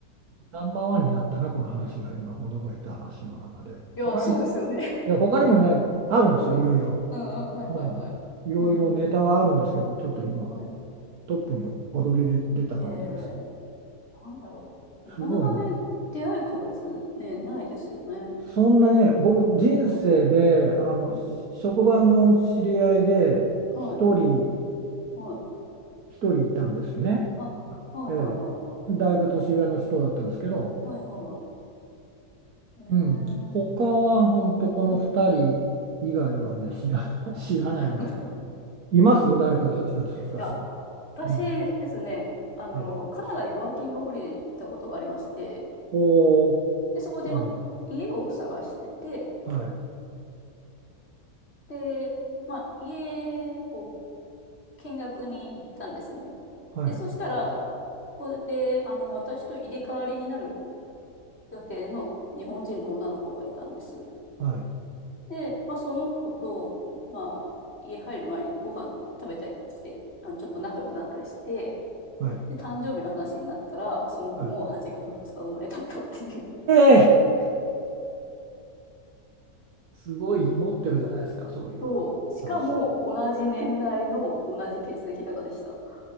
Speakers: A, on the right (about 75°); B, on the left (about 40°).
A: ナンバーワンになったな、この話が今、驚いた話の中で。
B: や、
A: 他にも、
B: そうですよね。
A: いや、他にもね、あるんですよ、
B: <laughs> うん。
A: いろいろ。
B: うんうん、はいはいはい。
A: うん。いろいろネタはあるんですけど、
B: うん。
A: ちょっと今、
B: はい。
A: トップに躍り出た感じです。
B: ええなんだろう。なかなかね、
A: すごいね。
B: 出会い確率ね、ないですよね。
A: そんなにね、僕、人生で、
B: うん、
A: あの、
B: うん。
A: 職場の知り合いで、
B: はい、
A: 一人、
B: はい。
A: 一人いたんですね。
B: あ、はいはいはいはい。
A: ええ、だいぶ年上の人だったんですけど、
B: はいはい。
A: うん、他は本当この二人以外はね、
B: ええうん。
A: 知らない、
B: あ、
A: <laughs> 知らないぐらい。
B: なるほど。い
A: います誰か8月2日過ぎ、
B: や、私ですね、
A: 友達
B: あの、
A: で。ええ、
B: カナダにワーキングホリデーに行ったことがありまして、
A: おー、
B: で、そこで、
A: 彼女。
B: ま、家を探してて、
A: はい、
B: で、まあ、家を見学に行ったんですね。
A: はい、
B: で、そしたら、そこで、あの、私と入れ替わりになる予定の日本人の女の子がいたんです。
A: はい、
B: で、まあ、その子と、まあ、家入る前にご飯食べたりして、あの、ちょっと仲良くなったりして、
A: はい、
B: で、誕生日の話になったら、その子も8月2日生まれだったっていうのはあります。
A: はい。ええすごい持ってるじゃないですか、そういう話。
B: と、しかも同じ年代の同じ血液型でした。